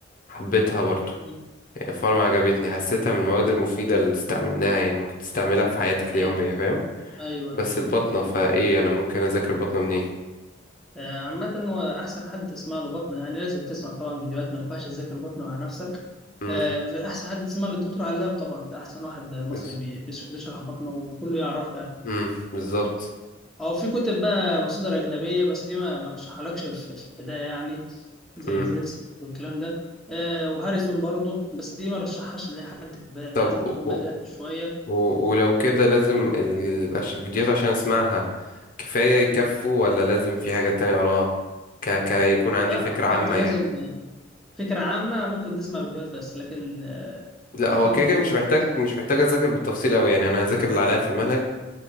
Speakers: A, on the left; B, in the centre.
A: حبيتها برضو
B: م-
A: يعني الفارما عجبتني حسيتها من المواد المفيدة اللي استعملناها يعني ممكن تستعملها في حياتك
B: ايوه
A: اليومية فاهم؟
B: ايوه
A: بس البطنة فإيه أنا ممكن أذاكر بطنة منين؟
B: آه، عامة هو أحسن حد تسمع له بطنه يعني لازم تسمع طبعا فيديوهات ما ينفعش تذاكر بطنه مع نفسك
A: مم.
B: آه، الف- أحسن حد تسمع له الدكتور علام طبعا ده أحسن واحد مصري
A: بز-
B: بي- بيش- بيشرح بطنه وكله يعرفه يعني
A: مم. بالظبط
B: أو في كتب بقى مصادر أجنبية بس دي ما ما رشحهالكش في في البداية يعني زي
A: مم.
B: برنس والكلام ده آه، وهاريسون برضه بس دي ما رشحهاش لأي حد في البداية،
A: طب
B: لازم تكون
A: و...
B: بدأت
A: و...
B: شوية
A: و- ولو كده لازم
B: وكده
A: ال... عش- الفيديوهات عشان أسمعها كفاية يكفوا ولا لازم في حاجة تانية وراها ك... ك يكون عندي
B: لا
A: فكرة
B: هو
A: عامة
B: أنت لازم
A: يعني
B: فكرة عامة ممكن تسمع فيديوهات بس لكن آه،
A: لا
B: إنك
A: هو
B: أنت
A: كده
B: تبقى
A: كده مش محتاج
B: كويس
A: مش محتاج أذاكر بالتفصيل أوي يعني أنا هذاكر اللي عليا في المنهج